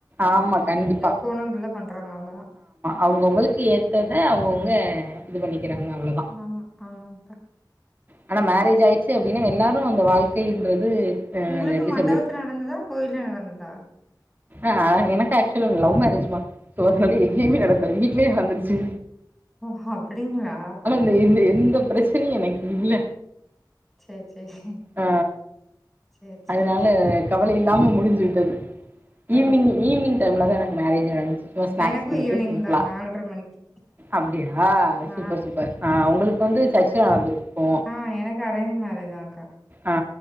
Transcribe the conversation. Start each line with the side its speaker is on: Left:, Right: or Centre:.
Right: ஆமா கண்டிப்பா
Centre: போனங்கள்ல பண்றாங்க அவ்ளோதா
Right: அவ்ங்கவுங்களுக்கு ஏத்தத அவ்ங்கவுங்க இது பண்ணிக்கிறாங்க அவ்ளோ
Centre: ஆமா ஆமாக்கா
Right: ஆனா மேரேஜ் ஆயிடுச்சு அப்டின்னா எல்லாரு அந்த வாழ்க்கைன்றது அ
Centre: உங்குளுக்கு
Right: அது எப்டி
Centre: மண்டவத்துல
Right: சொல்றது
Centre: நடந்ததா கோயில நடந்ததா
Right: ஆ எனக்கு ஆக்சுவல் லவ் மேரேஜ்மா சோ அதனால எங்கேயுமே நடக்கல வீட்லயே நடந்துருச்சு
Centre: ஓ அப்டிங்களா
Right: ந்த எந்த எந்த பிரச்சனையு எனக்கு இல்ல
Centre: செர் செரி
Right: ஆ
Centre: செர் செரி
Right: அதனால
Centre: அக்கா
Right: கவலை இல்லாம முடிஞ்சு விட்டது ஈவினிங்
Centre: ஓ!
Right: ஈவினிங் டைம்லதா எனக்கு மேரேஜ் நடந்துச்சு சுமா ஸ்நாக்ஸ்
Centre: எனக்கும்
Right: குடுத்து
Centre: ஈவினிங்
Right: சிம்பிளா
Centre: தான் மணிக்கு.
Right: அப்டியா
Centre: ஆ,
Right: சூப்பர் சூப்பர் ஆ உங்களுக்கு வந்து சர்ச்சில நடந்துருக்கு
Centre: ஆ எனக்கு அரேஞ் மேரேஜ்தாக்கா
Right: ஆ